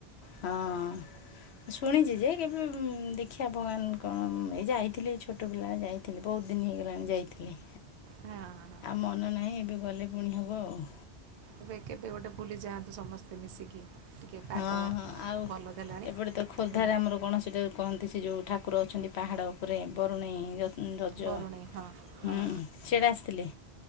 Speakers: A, on the left; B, on the right.
A: ହଁ। ଶୁଣିଛି ଯେ କେବେ ଦେଖିବା ଭଗବାନ କଣ ଏଇ ଯାଇଥିଲି ଛୋଟ ଛୋଟ ପିଲା ଯାଇଥିଲି ବହୁତ ଦିନ ହେଇଗଲାଣି ଯାଇଥିଲି।
B: ହଁ ହଁ।
A: ଆଉ ମନ ନାହିଁ ଏବେ ଗଲେ ପୁଣି ହେବ ଆଉ।
B: ଏବେ କେବେ ଗୋଟେ ବୁଲିଯାଆନ୍ତୁ ସମସ୍ତେ ମିଶିକି। ଟିକେ ପାଗ
A: ହଁ ହଁ ଆଉ
B: ଭଲ ଦେଲାଣି
A: ଏପଟେ ତ ଖୋର୍ଦ୍ଧାରେ
B: ହୁଁ
A: ଆମର କୌଣସିଟା କହନ୍ତି ସେ ଯେଉଁ ଠାକୁର ଅଛନ୍ତି ପାହାଡ଼ ଉପରେ ବରୁଣେଇ ରଜ
B: ବରୁଣେଇ ହଁ
A: ହୁଁ
B: ହଁ
A: ସିଆଡେ ଆସିଥିଲେ?